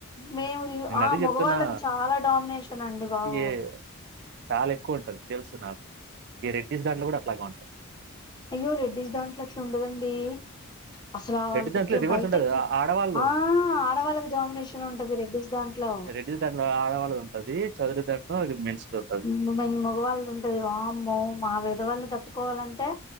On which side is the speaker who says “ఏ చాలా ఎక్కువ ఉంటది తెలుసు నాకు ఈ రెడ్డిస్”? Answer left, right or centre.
Right